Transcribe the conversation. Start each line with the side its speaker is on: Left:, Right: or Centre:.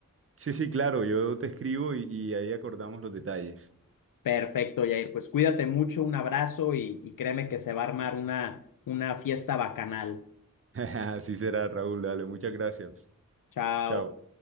Right: sí, sí, claro, yo te escribo y, y ahí acordamos los detalles.
Left: Perfecto, Jair. Pues cuídate mucho, un abrazo y, y créeme que se va a armar una, una fiesta bacanal.
Right: <laughs> Así será, Raúl, dale, muchas gracias.
Left: Chao.
Right: Chao.